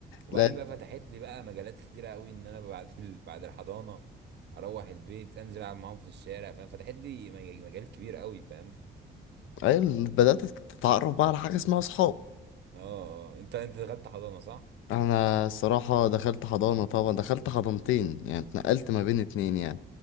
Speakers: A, on the right (about 60°); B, on the left (about 80°).
A: وبعدين
B: لا
A: بقى فتحت لي بقى مجالات كتيره قوي ان انا بعد ال... <laughs> بعد الحضانه اروح البيت انزل العب معاهم في الشارع فاهم فتحت لي مج- مجال كبير قوي فاهم
B: أيوة، بدأت تتعرف بقى على حاجة اسمها صحاب
A: اه اه انت انت دخلت حضانه صح؟
B: أنا الصراحة دخلت حضانة طبعا دخلت حضانتين يعني اتنقلت ما بين اتنين يعني